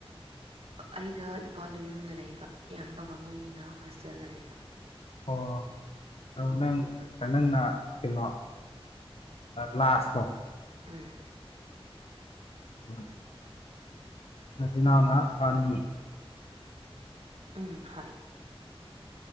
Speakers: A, on the right; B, on the left.
A: ꯑꯩꯒ ꯏꯄꯥꯗꯨ ꯌꯨꯝꯗ ꯂꯩꯕ ꯏꯌꯥꯝꯕꯒ ꯃꯣꯏꯅꯤꯅ ꯍꯣꯁꯇꯦꯜꯗ ꯂꯩꯕ
B: ꯑꯣ ꯑ ꯅꯪ ꯅꯪꯅ ꯀꯩꯅꯣ ꯂꯥꯁꯇꯣ
A: ꯎꯝ
B: ꯎꯝ ꯅꯗꯅꯥꯅ ꯑꯥꯅꯤꯤ
A: ꯎꯝ ꯍ